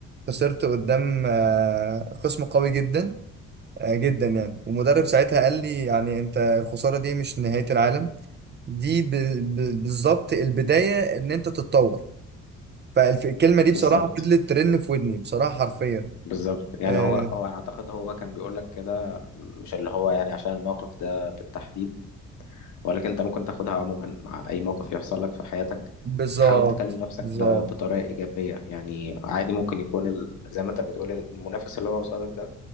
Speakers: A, on the right (about 35°); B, on the left (about 70°).
A: خسرت قدام آه خصم قوي جدا آه، جدا يعني ومدرب ساعتها قال لي يعني انت الخسارة دي مش نهاية العالم دي ب... ب... بالظبط البداية ان انت تتطور فالكلمة دي
B: بالظبط
A: بصراحة فضلت ترن في ودني بصراحة حرفيا
B: بالظبط يعني
A: آه
B: هو هو أنا أعتقد هو كان بيقول لك كده مش اللي هو يعني عشان الموقف ده بالتحديد ولكن انت ممكن تاخدها عموما مع اي موقف يحصل لك في حياتك
A: بالظبط
B: حاول تكلم نفسك
A: بالظبط
B: ب- بطريقه ايجابيه يعني عادي ممكن يكون ال... زي ما انت بتقول المنافس اللي هو قصادك ده